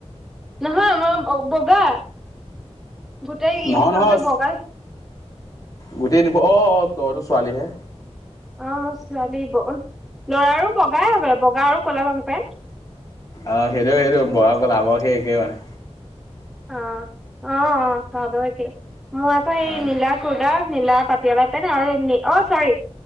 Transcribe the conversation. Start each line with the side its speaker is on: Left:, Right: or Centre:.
Centre: নহয় আমাৰ বগা গোটেই ইউনিফৰ্মটো
Left: নহয় নহয়
Centre: বগা
Left: গোটেই অহ অহ তইতো ছোৱালীহে
Centre: অহ মই ছোৱালী ব- ল'ৰাৰো বগাই বগা আৰু ক'লা লং পেণ্ট
Left: অহ সেইটো সেইটো বগা- কলা আমাৰো সেই একে মানে
Centre: অহ অহ তহতৰো একে মোৰ আকৌ এই
Left: অ
Centre: নীলা কুৰ্তা নীলা পাটিয়ালা পেন্ট আৰু অহ চৰি